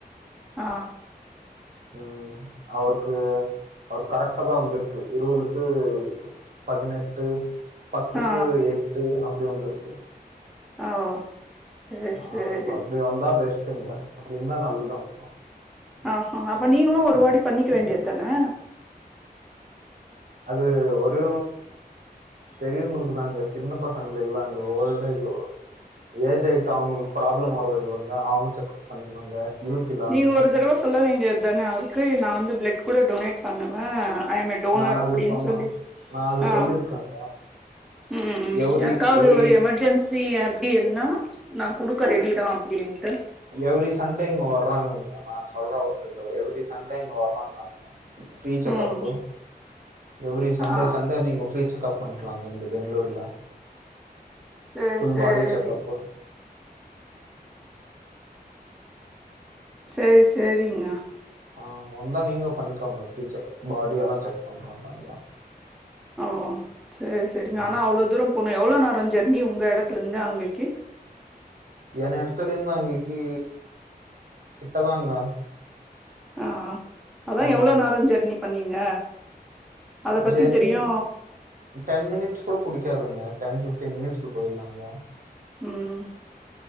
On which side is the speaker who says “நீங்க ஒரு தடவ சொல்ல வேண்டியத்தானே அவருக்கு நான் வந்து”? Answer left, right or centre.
Centre